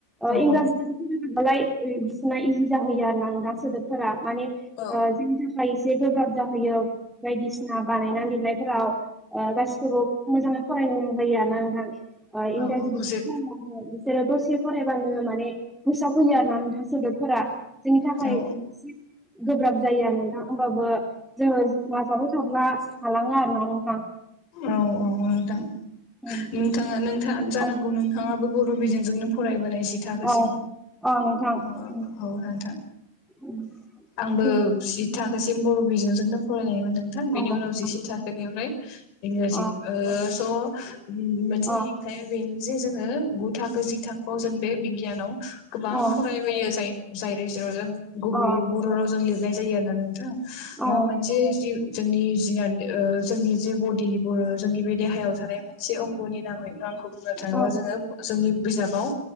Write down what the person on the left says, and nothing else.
औ
औ
औ
औ
जे
औ
औ औ औ नोंथां-नोंथांआ
नोंथां जानांगौ
नोंथाङाबो ब- र' बिजोंजोंनो फरायबोनाय जि थाखोसिम
औ
औ नोंथां
आंबो
जि थाखो सि- म बर' बिजोंजोंनो फरायनायमोन नोंथां बेनि
उनाव जिसे थाखोनिफ्राय इंराजि
औ स' मोनसे
हेंथाया बेनो जे जोङो गु थाखो जि थाखोआव जों बे बिगियानाव गोबां
फरायबोयो जाय-जाय जेरावजों गुबैयै
बर' रावजों लिरनाय जायो आरोना नोंथां माबा
मोनसे जि-जोंनि जि अ जोंनि जे बदिनिबो जोंनि बे देहायाव थानाय मोनसे अंग'नि नामैनो आंखौ बुंनो थाङोबा
जोङो जोंनि बिजाबाव